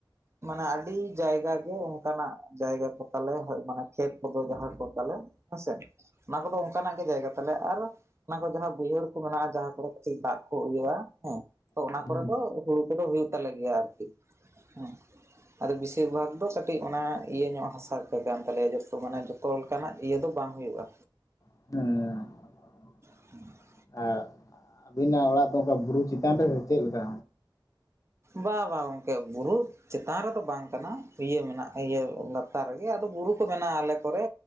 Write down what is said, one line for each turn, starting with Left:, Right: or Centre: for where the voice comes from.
Right: ᱢᱟᱱᱮ ᱟᱹᱰᱤ ᱡᱟᱭᱜᱟ ᱜᱮ ᱚᱱᱠᱟᱱᱟᱜ ᱡᱟᱭᱜᱟ ᱠᱚ ᱛᱟᱞᱮ ᱦᱳᱭ ᱚᱱᱟ ᱠᱷᱮᱛ ᱠᱚᱫᱚ ᱢᱟᱦᱟᱸ ᱠᱚ ᱛᱟᱞᱮ ᱦᱮᱸᱥᱮ ᱚᱱᱟ ᱠᱚᱫᱚ ᱚᱱᱠᱟᱱᱟᱜ ᱜᱮ ᱡᱟᱭᱜᱟ ᱛᱟᱞᱮ ᱟᱨ ᱚᱱᱟ ᱠᱚ ᱡᱟᱦᱟᱸ ᱵᱟᱹᱭᱦᱟᱹᱲ ᱠᱚ ᱢᱮᱱᱟᱜᱼᱟ ᱡᱟᱦᱟᱸ ᱠᱚᱨᱮ ᱫᱟᱜ ᱠᱚ ᱜᱤᱭᱟ ᱦᱮᱸ ᱛᱚ ᱚᱱᱟ
Left: ᱦᱩᱸ
Right: ᱠᱚᱨᱮ ᱫᱚ ᱦᱩᱲᱩ ᱠᱚᱫᱚ ᱦᱩᱭᱩᱜ ᱛᱟᱞᱮ ᱜᱤᱭᱟ ᱟᱨ ᱠᱤ ᱦᱮᱸ ᱟᱫᱚ ᱵᱤᱥᱤᱨ ᱵᱷᱟᱜᱽ ᱫᱚ ᱠᱟᱹᱴᱤᱡ ᱚᱱᱟ ᱤᱭᱟᱹ ᱧᱚᱜ ᱦᱟᱥᱟ ᱠᱟᱱ ᱛᱟᱞᱮᱭᱟ ᱡᱚᱛᱚ ᱢᱟᱱᱮ ᱛᱚᱞ ᱠᱟᱱᱟᱜ ᱤᱭᱟᱹ ᱫᱚ ᱵᱟᱝ ᱦᱩᱭᱩᱜᱼᱟ᱾
Left: ᱦᱩᱸ
Right: <inaudible>
Left: ᱟᱨ ᱟᱵᱤᱱᱟᱜ ᱚᱲᱟᱜ ᱫᱚ ᱚᱠᱟ ᱵᱩᱨᱩ ᱪᱮᱛᱟᱱ ᱨᱮ ᱪᱮᱫ ᱞᱮᱠᱟ?
Right: ᱵᱟ ᱵᱟ ᱜᱚᱝᱠᱮ ᱵᱩᱨᱩ ᱪᱮᱛᱟᱱ ᱨᱮᱫᱚ ᱵᱟᱝ ᱠᱟᱱᱟ ᱤᱭᱟᱹ ᱢᱮᱱᱟᱜᱼᱟ ᱤᱭᱟᱹ ᱞᱟᱛᱟᱨ ᱨᱮᱜᱮ ᱟᱫᱚ ᱵᱩᱨᱩ ᱠᱚ ᱢᱮᱱᱟᱜᱼᱟ ᱟᱞᱮ ᱠᱚᱨᱮ